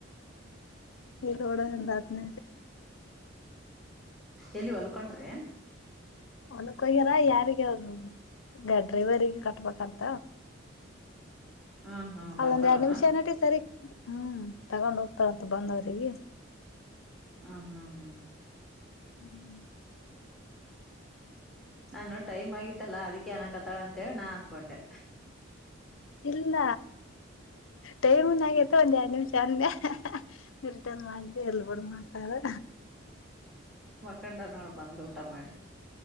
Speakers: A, on the left; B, in the centre.
A: ಎಲ್ಲೋಡಿಂದತ್ನ
B: ಎಲ್ಲಿ ಹೊಲ್ಕ ಹೊಂಟೀರಿ ಏನ್
A: ಒನಕ್ ಹೋಗ್ಯಾರ ಯಾರಗ ಅವ ಡ್ರೈವರಿಗೆ ಕಟ್ಬೇಕಂತ
B: ಹಾ ಹಾ
A: ಅದೊಂದ್
B: ಬರ್ತಾರಮ್ಮ
A: ಎರಡ್ ನಿಮಿಷಏ ನಟಿ ಸರಿ ಹ್ಮ್ ತಗೊಂಡ್ ಹೋಗ್ತಾರಂತ ಬಂದವ್ರೀವಿ
B: ಹ್ಮ ಹಾ ಹಾ
A: ಹ್ಮ್
B: ನಾನು ಟೈಮ್ ಆಗಿತ್ತಲ್ಲಾ ಅದಕ್ಕೆ ಏನ ಕತಾಳ ಅಂತೇಳಿ ನಾ ಅನ್ಕೊಂಡೆ
A: ಇಲ್ಲ ಟೈಮುನ್ ಆಗೇತ ಒಂದ್ ಎರಡ್ ನಿಮಿಷ ಅಂದೆ ಇಲ್ಟನ್ ಮಾಡ್ದ ಎಲ್ ಬಂದ ಮಾಡ್ತಾರೋ
B: ಕಂಡ ನೋಡಿ ಬಂದು ಊಟ ಮಾಡಿ